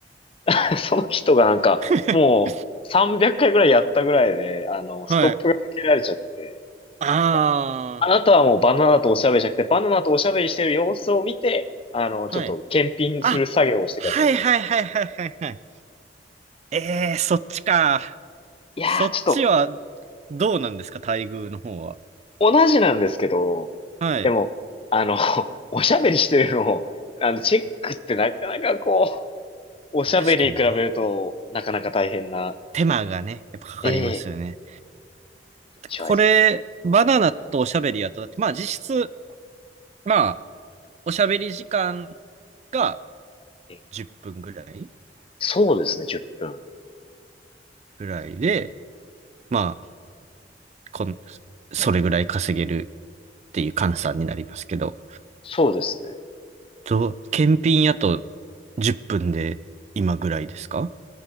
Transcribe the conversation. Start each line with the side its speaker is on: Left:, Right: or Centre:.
Left: <laughs> その人がなんか、
Right: <laughs>
Left: もう、300回ぐらいやったぐらいで、あの、
Right: はい。
Left: ストップがかけられちゃって、
Right: <laughs> あ
Left: なんかあなたはもうバナナとおしゃべりじゃなくて、バナナとおしゃべりしてる様子を見て、あの、
Right: あ、
Left: ちょっと検品する作業をしてくださいになっちゃって
Right: はい。あ、はいはいはいはいはいはい。えー、そっちか。
Left: いやー、
Right: そっちは
Left: ちょっと、
Right: どうなんですか、待遇の方は。
Left: 同じなんですけど、
Right: はい。
Left: でも、あの、<laughs> おしゃべりしてるのを、あの、チェックってなかなかこう、おしゃべりに比べると、
Right: まあ確かにね。
Left: なかなか大変な、
Right: 手間がね、やっぱかかりますよね。
Left: ええ、印象です
Right: これ、バナナとおしゃべりやと、だって、まあ実質、まあ、おしゃべり時間が
Left: ね。え
Right: 10分ぐらい
Left: そうですね、10分。
Right: ぐらいで、まあ、こん、それぐらい稼げるっていう換算になりますけど、
Left: そうですね。
Right: と検品やと10分で今ぐらいですか